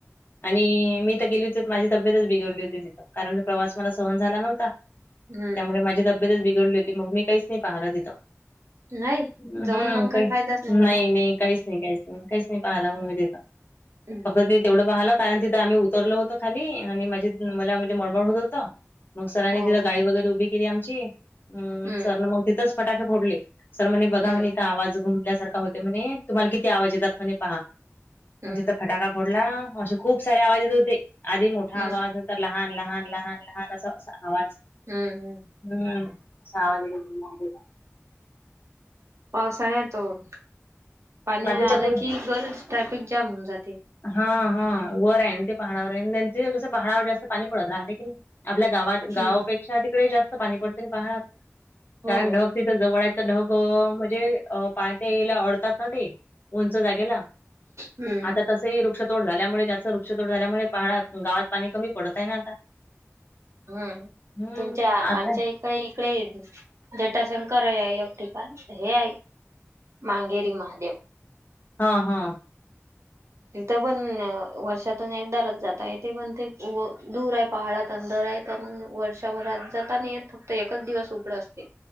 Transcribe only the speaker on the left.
आणि मी त गेली तेत माझी तबेतच बिघडली होती तिथ कारण प्रवास मला सहन झाला नव्हता
त्यामुळे माझी तब ब्येत बिघडली होती मग मी काहीच नही पाहल तिथं.
न
हं
नाही,
नाही काहीच नाही, काहीच. काहीच नाही पाहाल म मी तिथं,
फक्त ते तेवढं पाहलं कारण तिथं आम्ही उतरलो हो तो खाली आणि मझे मला म्हणजे मळमळ होत होत, मग सरांनी
तिथ गाडी
वगैरे उभी केली आमची. हूं
सर न मग तिथंच फटाके फोडले सर म्हणे बघा
म्हणे ईथ आवाज घुमल्या सारखा होते म्हणे, तुम्हाला किती आवाज येतात म्हणे पहा,
अ जिथं फटा का फोडला असे खूप सारे आवाज येत होते आधी मोठा
आवाज. तर लहान लहान लहान लहान अस अस आवाज.
हूं असं आवाज येत <unintelligible>
बाकीच्या
मुल
हा हा वर आहे न ते पहाडावर आहे, न थित कस पहाडावर जास्त पाणी पडत राहते की. आपल्या गावात गावापेक्षा
तिकडे जास्त पाणी पडतय न पहाडात.
कारण ढग तिथं जवळआहेत त ढग म्हणजे अ पाणी <unintelligible> अडतात ना ते! उंच जागेला!
आता तसही वृक्षतोड झाल्यामुळे जास्त वृक्षतोड झाल्यामुळे, पहाडात गावात पाणी कमी पडत आहे ना आता!
हम्म
आता
हा हा!